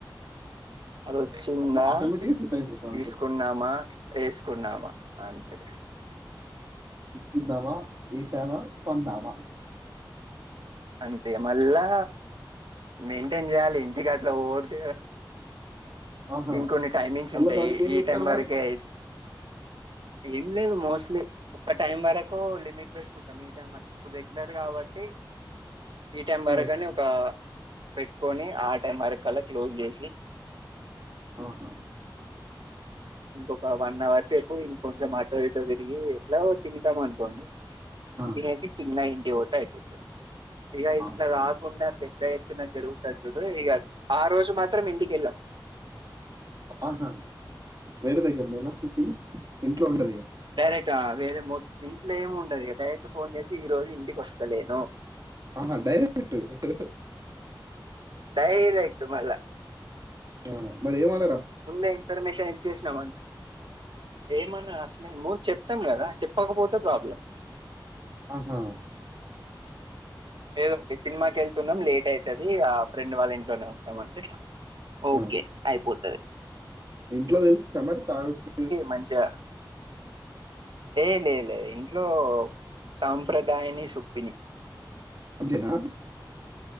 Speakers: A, on the right (about 70°); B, on the right (about 50°).
A: అది వచ్చిందా
B: అట్లా ఆటోమేటిక్ గా సెట్ అయిపోతా
A: తీసుకున్నామా
B: ఉంటాయి
A: వేసుకున్నామా అంతే
B: చూద్దామ ఏసామా కొన్నామ
A: అంతే మళ్ళా మెయింటైన్ చేయాలి ఇంటికి అట్లా పోతే
B: ఆహా
A: దీని కొన్ని టైమింగ్స్
B: మళ్ళీ
A: ఉంటాయి
B: దానికి ఏం
A: ఈ ఈ
B: చేస్తారు
A: టైం వరకే
B: మరి
A: అయి ఏం లేదు మోస్ట్లీ ఒక్క టైం వరకు లిమిట్ పెట్టుకుంటాం మీ టై ఇప్పుడు రెగ్యులర్ కాబట్టి ఈ టైం వరకి
B: ఆ,
A: అని ఒక పెట్టుకొని ఆ టైం వరకులా క్లోజ్ చేసి
B: ఆహా
A: ఇంకొక వన్ అవర్ సేపు ఇంక కొంచెం ఆటోవటో తిరిగి ఎట్లా తింటాం అనుకోండి
B: ఆ,
A: తినేసి చిన్నాయి ఇంటికి పోతె అయిపోతాది ఇక ఇట్లా
B: ఆహా.
A: కాకుండా పెద్ద ఎత్తున జరుగు ఆ రోజు మ మత్రం ఇంటికెళ్ల
B: ఆహా వేరే దగ్గర మీేనా షుట్టి ఇంట్లో ఉండది
A: డైరెక్ట్ వేరే ఇంట్లోమి ఉండదు డైరెక్ట్ ఫోన్ చేసి ఈ రోజు ఇంటికి వస్తాలేను
B: ఆ డైరక్ట్ <unintelligible>
A: డైరెక్టు మల్ల
B: అ మరి ఎం అ
A: ముందే ఇన్ఫర్మేషన్ ఇచ్చేసినావుంట ఏమన్నా అసలే మందు చెప్తాం కదా చెప్పకపోతే ప్రాబ్లం
B: ఆహా
A: లేదోండి సినిమాకి వెళ్తున్నాం లేట్ అయితది ఆ ఫ్రెండ్ వాళ్ళ ఇంట్లోనే ఉంటామ అంటే ఓకే
B: ఆ!
A: అయిపో సరే
B: ఇంట్లో తెలిసి సమరి తాడుడు
A: మంచిగా లే లేలేదు ఇంట్లో సాంప్రదాయని సొప్పిని
B: అంతేనా